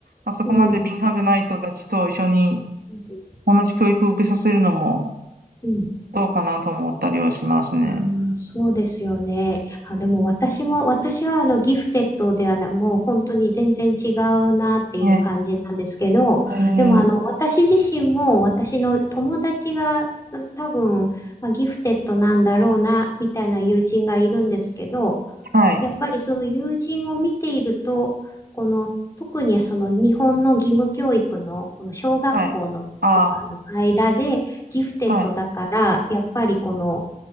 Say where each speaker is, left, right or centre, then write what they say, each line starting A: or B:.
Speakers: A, on the right; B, on the left.
A: あ、そこまで敏感じゃない人たちと一緒に
B: うん、うん。
A: 同じ教育を受けさせるのも
B: うん
A: どうかなと思ったりはしますね。
B: あーそうですよね。あ、でも私も、私はあのギフテッドではない、もう本当に全然違うなっていう感じなんですけど、
A: ね、えー、
B: でもあの私自身も私の友達が多分、まあ、ギフテッドなんだろうなみたいな友人がいるんですけど、
A: はい、
B: やっぱりその友人を見ていると、この特にその日本の義務教育のこの小学校のとかの間でギフテッドだから、
A: はい、あーはい、
B: やっぱりこの